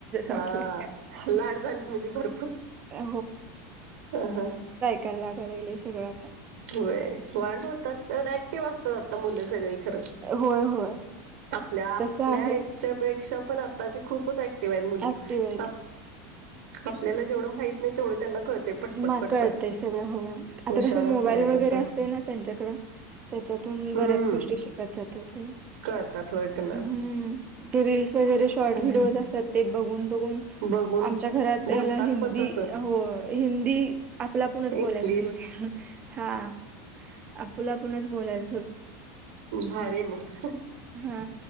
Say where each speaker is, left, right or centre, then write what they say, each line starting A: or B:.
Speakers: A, on the right; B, on the right.
A: हा
B: चॉकलेट
A: लाड झालीत म्हणजे भरपूर
B: अ
A: ह ह.
B: कला कल सगळ आत.
A: हो वाां होतात ऍक्टिव्ह असतात आता मुलं सगळी खरं.
B: होय होय.
A: आपल्या आपल्या
B: तसं आहे
A: याच्यापेक्षा पण आताची खूपच. ऍक्टिव्ह आहेत मुले
B: ऍक्टिव्ह
A: हम आपल्याला जेवढं. माहित नाही तेवढं त्यांना कळते पटपट
B: म
A: पटपट
B: कळतय सगळं ह
A: हुशारच
B: आता कस मोबाईल
A: आहेत
B: वगैरे
A: आता
B: असते ना त्यांच्याकड त्याच्यातून बऱ्याच
A: हम्म
B: गोष्टी शिकत जातात.
A: कळतात होय त्यांना.
B: हम्म ते रीलस वगैरे शॉर्ट
A: चांगलं
B: व्हिडिओज असतात, ते बघून बघून
A: बघून
B: आमच्या घरात याला
A: बोलतात
B: हिंदी
A: पण तस
B: हो हिंदी आपला पणच
A: इंग्लिश
B: बोलायला सुरु केलं हा. आपला आपणच बोलाल
A: भारी मग.
B: हा.